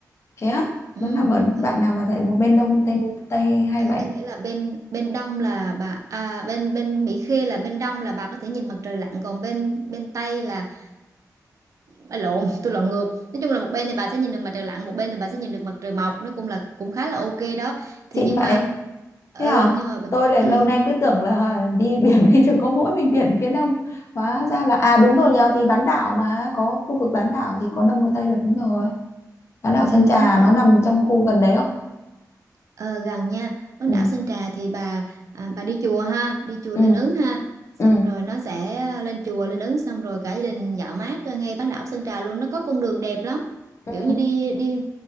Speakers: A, on the left; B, on the right.
A: thế á
B: ừ
A: nó nằm ở đoạn
B: ừ
A: nào mà dạy một bên đông tên tây hay
B: Ừ,
A: vậy
B: có nghĩa là bên bên đông là bà à, bên bên Mỹ Khê là bên đông là bà có thể nhìn mặt trời lặn còn bên bên Tây là bà lộn tôi lộn ngược nói chung là một bên thì bà sẽ nhìn được mặt trời lặn một bên thì bà sẽ nhìn được mặt trời mọc nó cũng là cũng khá là ok đó thì
A: xịn
B: nhưng
A: vậy
B: mà ừ
A: thế à
B: nhưng mà
A: tôi lại
B: ừ,
A: lâu nay cứ tưởng là đi <laughs> biển thì chỉ có mỗi mình biển phía đông hóa ra là à đúng rồi nhờ vì bán đảo mà có khu vực bán đảo thì có đông có tây là đúng rồi bán đảo
B: ừ
A: Sơn Trà
B: đúng rồi
A: nó nằm trong khu gần đấy không
B: Ờ, gần nha bán
A: ừ
B: đảo Sơn Trà thì bà à, bà đi chùa ha đi chùa
A: ừ
B: Linh Ứng ha xong
A: ừ
B: rồi nó sẽ à, lên chùa Linh Ứng xong rồi cả gia đình dạo mát à, ngay bán đảo Sơn Trà luôn nó có con đường đẹp lắm
A: ừ
B: kiểu như đi đi